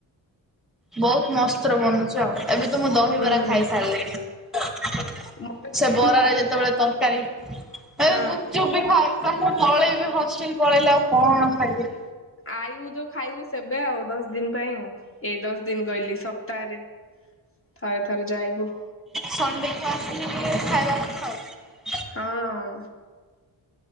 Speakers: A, in the centre; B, on the left.
A: ବହୁତ୍ ମସ୍ତର ବନୁଛୁ ଆଉ ଏବେ ତ ମୁଁ ଦହିବରା
B: ହୁଁ।
A: ଖାଇ ସାରିଲିଣିି।
B: ମତେ ଗୁପଚୁପ୍
A: ସେ ବରାରେ
B: ଖାଇବା
A: ଯେତେବେଳେ ତରକାରୀ ଏ
B: ହଁ
A: ଗୁପଚୁପ୍ ବି ଖାଏ। ତ ମୁଁ ପଳେଇବି ହଷ୍ଟେଲ ପଳେଇଲେ ଆଉ କଣ ଖାଇବେ?
B: ଆଇବ ଯୋଉ ଖାଇବୁ ସେବେ ଆଉ ଦଶ ଦିନ ପାଇଁ ଆଉ ଏଇ ଦଶ ଦିନ କହିଲି ସପ୍ତାହରେ। ଥରେ ଥରେ ଯାଇବୁ।
A: ସନ୍ଣ୍ଡେ ପା ଆ ଖାଇଦା ପାଥା ଆଉ
B: ହଁ